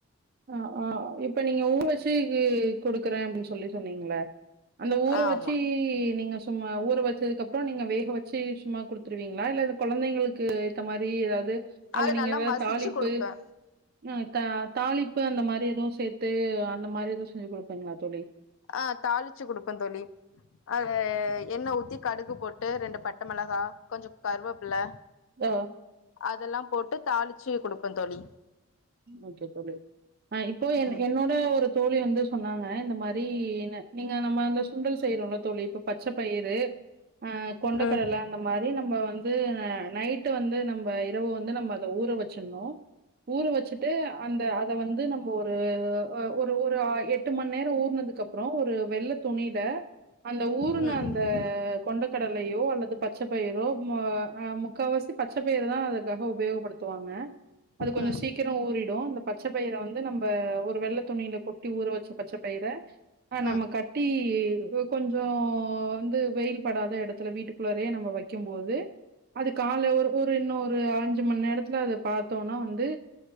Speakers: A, on the right; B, on the left.
A: அ அ இப்ப நீங்க ஊர வெச்சு கி குடுக்குறே அப்டின்னு சொல்லி சொன்னீங்கள அந்த ஊர
B: ஆமா
A: வெச்சு நீங்க சும்மா ஊர வெச் சதுக்கப்புறோ நீங்க வேக வெச்சு சும்மா கொடுத்துருவீங்களா இல்ல கொழந்தைங்களுக்கு இருக்கர மாதிரி எதாவது அதுல
B: அது
A: நீங்க
B: நல்லா
A: ஏதாவது
B: மசிச்சு
A: தாளிப்பு
B: குடுப்பே
A: ம் த்த தாளிப்பு அந்த மாரி எதவு சேத்து அந்த மாரி எதவு செஞ்சுக் குடுப்பிங்களா தோழி
B: அ தாளிச்சு குடுப்பே தோழி அத என்ன ஊத்தி கடுகு போட்டு ரெண்டு பட்ட மிளக கொஞ்சோ கருவப்புல
A: அ
B: அதெல்லா போட்டு தாளிச்சு குடுப்பே தோழி
A: ஓகே தோழி அ இப்போ என்-என்னோட
B: ம்
A: ஒரு தோழி வந்து சொன்னாங்க அ இந்த மாரி என்ன நீங்க நம்ம அந்த சுண்டல் செய்யறோம்ல தோழி இப்ப பச்ச பயிறு அ கொண்டக்கடல
B: ம்
A: அந்த மாரி நம்ம வந்து அ நைட்டு வந்து நம்ம இரவு வந்து நம்ம அத ஊற வச்சிர்ணு ஊற வச்சுட்டு அந்த அத வந்து நம்ம ஒரு அ ஒரு ஒரு எட்டு மணி நேரோ ஊறனதுக்கு அப்புறோ ஒரு வெள்ள துணில அந்த ஊருன
B: ம்
A: அந்த கொண்ட கடலையோ அல்லது பச்ச பயிரோ ம் ஹா அ முக்காவாசி தட்ட பயிறு தா அதுக்காக உபயோகப்படுத்துவாங்க கொஞ்சோ
B: ம்
A: சீக்கிரோ ஊறிடு இந்த பச்ச பயிரை வந்து நம்ப ஒரு வெள்ள துணியில கொட்டி ஊற வச்ச பச்ச பயிரை நம்ம
B: ம்
A: கட்டி கொஞ்சோ வந்து வெயில் படாத எடத்துல வீட்டுக்குள்ளரே நம்ம வைக்கு போது அது காலு ஒரு ஒரு இன்னு ஒரு அஞ்சு மணி நேரத்துல அத பாத்தோன்னா வந் து